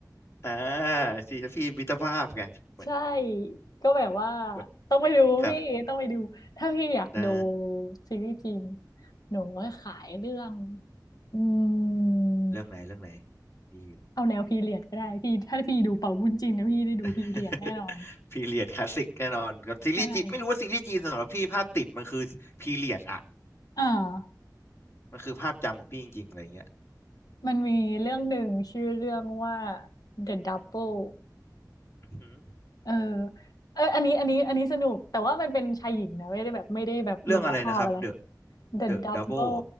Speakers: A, on the left; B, on the left.
A: อ่าที่พี่มิตรภาพไงเหมือน
B: ใช่ก็แบบว่า
A: เหมือน
B: ต้องไปดูพี่ต้องไปดูถ้าพี่อยากดู
A: ครับได้
B: ซีรีส์จีนหนูก็ขายเรื่องอืม
A: เรื่องไหนเรื่องไหนพี่
B: เอาแนวพีเรียดก็ได้พี่ถ้าพี่ดูเป่าบุญจีนนะพี่ได้ดูพีเรียดแน่นอน
A: <laughs> พีเรียดคลาสสิกแน่นอนกับซีรีส์จีนไม่รู้ว่าซีรีส์จีนสำหรับพี่ภาพติดมันคือพีเรียดอะ
B: ใช่อ่า
A: มันคือภาพจำของพี่จริงๆอะไรอย่างเงี้ย
B: มันมีเรื่องหนึ่งชื่อเรื่องว่า The Double
A: อือฮึ
B: เออเอออันนี้อันนี้อันนี้สนุกแต่ว่ามันเป็นชายหญิงนะไม่ได้แบบไม่ได้แบบมิตรภาพอะไร
A: เรื่องอะไรนะครับ The
B: The
A: The
B: Double
A: Double